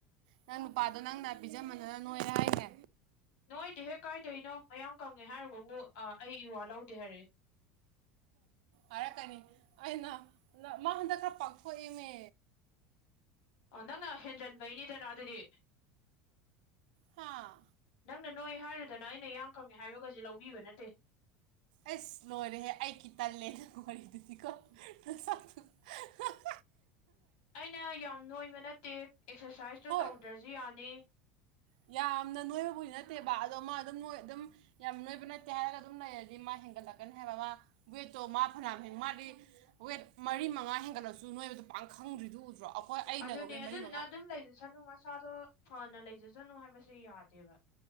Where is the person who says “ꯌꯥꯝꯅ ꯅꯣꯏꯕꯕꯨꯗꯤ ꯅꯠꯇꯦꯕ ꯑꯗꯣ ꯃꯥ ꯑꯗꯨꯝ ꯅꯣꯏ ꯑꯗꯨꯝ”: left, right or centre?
Right